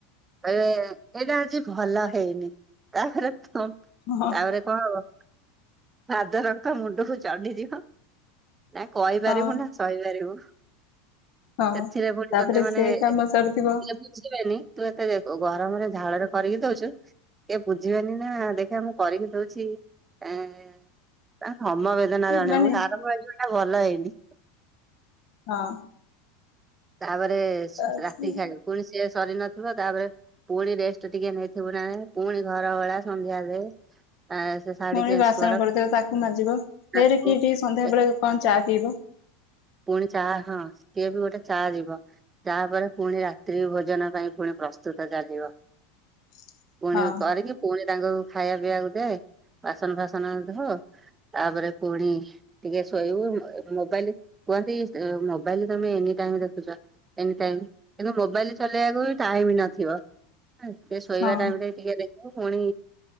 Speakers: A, on the right; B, on the left.
A: କହିବେ ଏଇଟା ଆଜି ଭଲ ହେଇନି ତାପରେ ତମ୍-ତାପରେ
B: ହଁ
A: କଣ ହବ ଫାଦର ତୋ ମୁଣ୍ଡକୁ ଚଢିଯିବ ନା କହିପାରିବୁ
B: ହଁ
A: ନା ସହିପାରିବୁ।
B: ହଁ
A: ସେଥିରେ ଫୁଣି
B: ତାପରେ
A: ତତେ ମାନେ
B: ସେ
A: ଏ
B: କାମ ସରିଥିବ
A: <unintelligible> ତୁ ଏତେ ଏ-ଗ-ଗରମରେ ଝାଳରେ କରିକି ଦୋଉଛୁ ଇଏ ବୁଝିବେନି ନା ଦେଖିଆ ମୁଁ କରିକି ଦୋଉଛି ଆଁ ତା ସମବେଦନା ଜଣେଇବୁ
B: ମାନେ
A: ଆରମ୍ଭ ହେଇଯିବ ଏଟା ଭଲ ହେଇନି।
B: ହଁ।
A: ତାପରେ
B: ତା
A: ଶୋ-ରାତିକି
B: ସେ
A: ଖାଇବୁ ପୁଣି ସିଏ ସରିନଥିବ ତାପରେ ପୁଣି ରେଷ୍ଟେ ଟିକେ ନେଇଥିବୁ ନା ନାଇଁ ପୁଣି ଘର ଓଳା ସନ୍ଧ୍ୟା ଦେ। ସେ ଶାଢୀ
B: ପୁଣି
A: ଚେଞ୍ଜ
B: ବାସନ
A: କର
B: ପଡିଥିବ ତାକୁ ମାଜିବ
A: ତାକୁ
B: ଫେରେ କିଏ ଟିକେ ସନ୍ଧ୍ୟାବେଳେ
A: ଏ
B: କଣ ଚା ପିଇବ। <inaudible>
A: ପୁଣି ଚା ହଁ ସିଏ ବି ଗୋଟେ ଚାହା ଯିବ ତାପରେ ପୁଣି ରାତ୍ରି ଭୋଜନ ପାଇଁ ପୁଣି ପ୍ର ପ୍ରସ୍ତୁତ ଚାଲିବ।
B: <inaudible>
A: ପୁଣି
B: ହଁ
A: କରିକି ପୁଣି ତାଙ୍କୁ ଖାଇବା ପିଇବାକୁ ଦେ। ବାସନ ଫାସନ ଧ ତାପରେ ପୁଣି ଟିକେ ଶୋଇବୁ, ମୋବାଇଲ କୁହନ୍ତି ମୋବାଇଲ ତମେ ଏନି ଟାଇମ ଦେଖୁଛ ଏନି ଟାଇମ କିନ୍ତୁ ମୋବାଇଲ ଚଲେଇବାକୁ ଟାଇମ ନଥିବ ସେ ଶୋଇବା
B: ହଁ
A: ଟାଇମ ରେ ଟିକେ ଦେଖିବ ପୁଣି